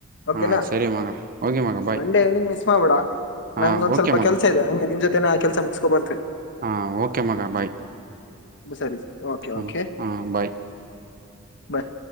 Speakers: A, on the left; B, on the right.
A: ಓಕೆನಾ
B: ಹಾಂ ಸರಿ ಮಗ ಹೋಗಿ ಮಗ ಬಾಯ್
A: ಮಂಡೇ ಇವ್ನಿಂಗ್ ಮಿಸ್ ಮಾಡ್ಬಿಡಾ
B: ಹಾಂ
A: ನಂಗ ಒಂದ್
B: ಓಕೆ
A: ಸ್ವಲ್ಪ
B: ಮಗ
A: ಕೆಲ್ಸ ಇದೆ ಹಂಗೆ ನಿನ್ ಜೊತೆ ಹ ಕೆಲಸ ಮುಗಸ್ಕೊ ಬರ್ತೆ
B: ಹಾ ಓಕೆ ಮಗ ಬಾಯ್
A: ಸರಿ ಸರಿ ಓಕೆ
B: ಹು
A: ಓಕೆ
B: ಹು ಬಾಯ್
A: ಬಾಯ್